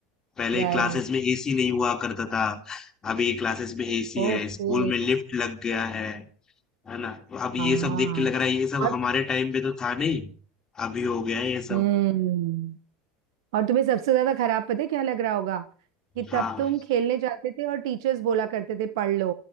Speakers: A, on the left; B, on the right.
A: पहले
B: राइट
A: क्लासेस में एसी नहीं हुआ करता था अभी क्लासेस में एसी
B: ओके
A: है स्कूल में लिफ्ट लग गया है है ना तो अब ये
B: हाँ
A: सब देख के लग रहा है ये सब
B: और-
A: हमारे टाइम पे तो था नहीं अभी हो गया है ये सब
B: हम्म और तुम्हें सबसे ज्यादा खराब पता है क्या लग रहा होगा कि
A: हाँ
B: तब तुम खेलने जाते थे और टीचर्स बोला करते थे पढ़ लो